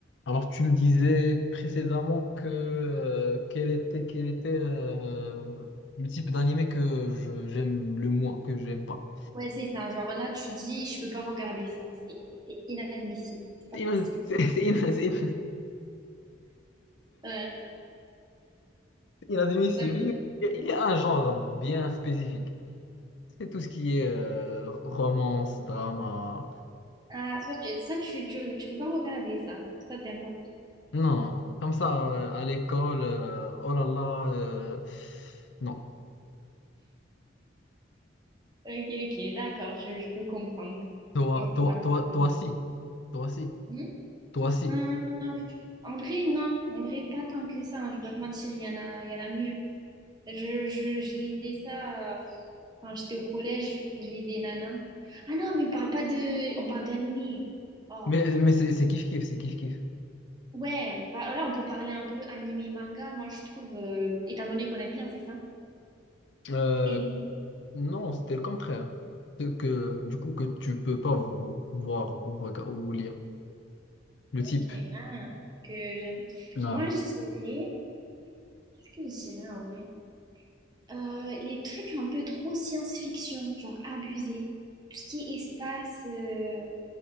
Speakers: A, on the left; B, on the right.
A: Alors, tu me disais précédemment que euh, quel était, quel était euh, le type d'animé que je- j'aime le moins, que j'aime pas.
B: Ouais, c'est ça. Genre là, tu dis, je peux pas regarder ça. C'est c'est inadmissible. C'est pas
A: C'est
B: possible.
A: ina- <laughs> c'est- c'est ina- c'est- c'est
B: Ouais.
A: inadmissible.
B: Bah,
A: Il y a il y a un genre bien spécifique. C'est tout ce qui est euh, romance, drama.
B: Ah, ça, tu, ça tu, tu, tu peux pas regarder ça. Ça, t'aimes pas.
A: Non, comme ça, euh, à l'école, euh, oh là là, euh, non.
B: Ok, ok, d'accord, je, je peux comprendre.
A: Toi,
B: Moi, c'est
A: toi,
B: pas
A: toi,
B: trop...
A: toi, si. Toi, si.
B: Hmm
A: Toi, si.
B: Euh, en vrai, non. En vrai, pas tant que ça. hein. Je vais pas te mentir, il y en a, il y en a mieux. Je, je, je lisais ça euh, quand j'étais au collège. Je lisais Nana. Ah non, mais on parle pas de... On parle d'animé. Oh.
A: Mais, mais c'est kiff-kiff, c'est kiff-kiff.
B: Ouais, on va, là, on peut parler un peu animé manga, moi, je trouve, euh, étant donné qu'on aime bien, c'est ça?
A: Euh,
B: Et-
A: Non, c'était le contraire. C'est que, du coup, que tu peux pas vo- voir ou, rega- ou lire le
B: Ok,
A: type.
B: ah, que j'aime.
A: Non.
B: Moi, je dirais, ce que je dirais en vrai? Euh, les trucs un peu trop science-fiction, genre abusé. Tout ce qui est espace, euh,